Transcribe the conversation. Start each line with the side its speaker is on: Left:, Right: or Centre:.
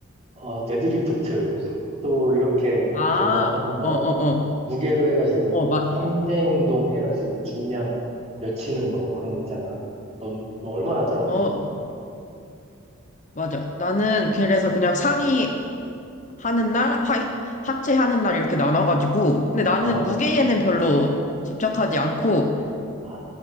Right: 어, 데드리프트. 또 이렇게
Left: 아,
Right: 그거 하는 거,
Left: 어, 어, 어.
Right: 무게로 해가지고,
Left: 어, 맞,
Right: 3대 운동 해가지고 중량 몇 치는 거, 그런 거 있잖아. 넌, 너 얼마나 들어?
Left: 어, 맞아. 나는 그래서 그냥 상의 하는 날, 하 하체 하는 날 이렇게 나눠가지고. 근데 나는
Right: 어,
Left: 무게에는 별로 집착하지 않고,
Right: 아.